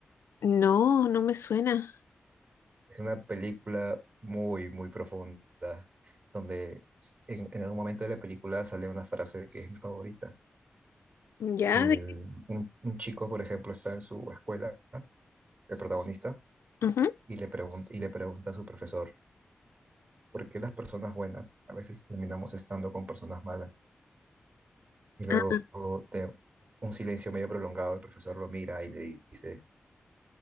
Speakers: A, on the left; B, on the right.
A: No, no me suena.
B: Es una película muy, muy profunda, donde s- en, en algún momento de la película sale una frase que es mi favorita.
A: ¿Ya?
B: El-
A: ¿De qué?
B: un, un chico, por ejemplo, está en su escuela, el protagonista,
A: Ujú.
B: y le pregun- y le pregunta a su profesor, ¿por qué las personas buenas a veces terminamos estando con personas malas? Y luego,
A: Ah,
B: de un silencio medio prolongado, el profesor lo mira y le dice,